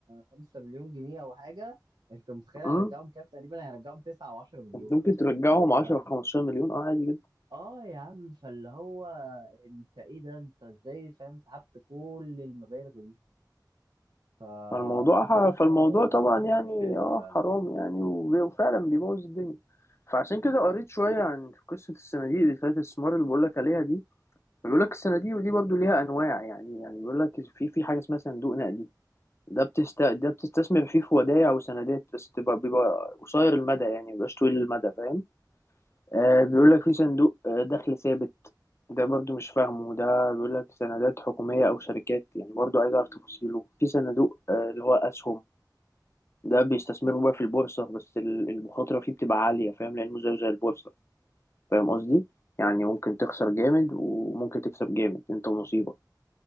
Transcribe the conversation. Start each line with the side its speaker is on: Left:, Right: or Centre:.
Right: خمسة مليون جنيه او حاجه انت متخيل هيرجعهم
Left: مم.
Right: كام تقريبا هيرجعهم تسعة او عشرة مليون
Left: ممكن ترجعهم 10
Right: فا
Left: 15 مليون اه عادي جدا
Right: اه يا عم فاللي هو انت ايه ده انت ازاي فاهم سحبت كل المبالغ دي فدي
Left: فالموضوع
Right: حاجه
Left: فالموضوع طبعا يعني
Right: مش حلوه
Left: اه
Right: فعلا
Left: حرام يعني وب- وفعلا بيبوظ الدنيا فعشان كده قريت شوية عن قصة الصناديق اللي بتاعت الاستثمار اللي بقولك عليها دي بيقول لك الصناديق دي برضو ليها أنواع يعني يعني بيقول لك في في حاجة اسمها صندوق نقدي ده بتست ده بتستثمر فيه في ودائع وسندات بس تبقى بيبقى قصير المدى يعني مبيبقاش طويل المدى فاهم آه بيقول لك في صندوق آه، دخل ثابت ده برضو مش فاهمه ده بيقول لك سندات حكومية أو شركات يعني برضو عايز أعرف تفاصيله في صندوق آه، اللي هو أسهم ده بيستثمروا بقى في البورصة بس ال- المخاطرة فيه بتبقى عالية فاهم لأنه زيه زي البورصة فاهم قصدي؟ يعني ممكن تخسر جامد وممكن تكسب جامد انت ونصيبك